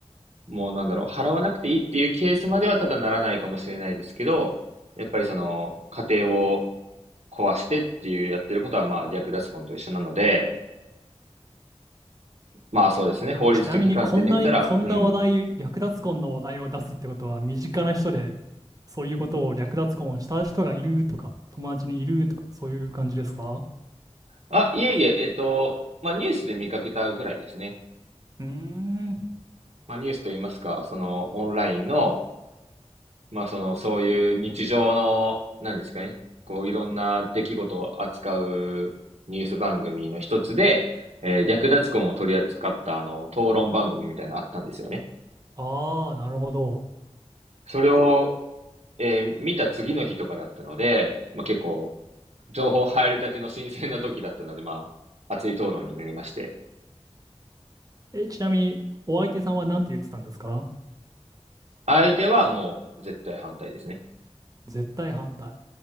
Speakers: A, on the right; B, on the right.
A: もうなんだろう、払わなくていいっていうケースまではただならないかもしれないですけど、やっぱりその、家庭を壊してっていうやってることは、まあ、略奪婚と一緒なので、まあそうですね、
B: え、でもちなみにこんなにこんな話題、
A: 法律的観点で見たら、うん。
B: 略奪婚の話題を出すってことは、身近な人でそういうことを略奪婚をした人がいるとか、友達にいるとか、そういう感じですか
A: あ、いえいえ、えっと、まあニュースで見かけたぐらいですね。
B: うーん、
A: まあニュースと言いますか、そのオンラインの、まあ、その、そういう日常の、なんですかね、こう、いろんな出来事を扱うニュース番組の一つで、えー略奪婚を取り扱った、あの、討論番組みたいなのあったんですよね。
B: ああ、なるほど。
A: それを、えー見た次の日とかだったので、まあ、結構、情報入りたての新鮮な時だったので、まあ、熱い討論になりまして。
B: え、ちなみにお相手さんは何て言ってたんですか
A: 相手はもう絶対反対ですね。
B: 絶対反対。